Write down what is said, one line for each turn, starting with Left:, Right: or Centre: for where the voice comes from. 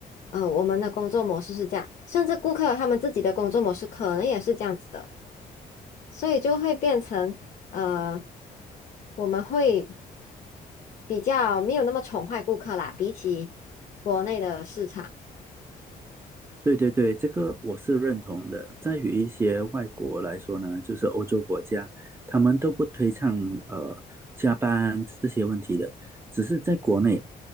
Left: 呃，我们的工作模式是这样，甚至顾客他们自己的工作模式可能也是这样子的，所以就会变成呃，我们会比较没有那么宠坏顾客啦，比起国内的市场。
Right: 对对对，这个我是认同的。在于一些外国来说呢，就是欧洲国家，他们都不推倡呃加班这些问题的。只是在国内，